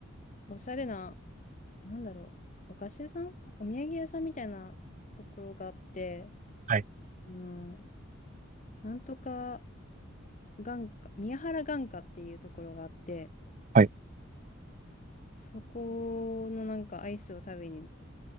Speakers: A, on the left (about 35°); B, on the right (about 35°).
A: おしゃれな、なんだろう、お菓子屋さんお土産屋さんみたいなところがあって、
B: はい
A: あの、なんとか眼科、宮原眼科っていうところがあって、
B: はい。
A: そこのなんかアイスを食べに、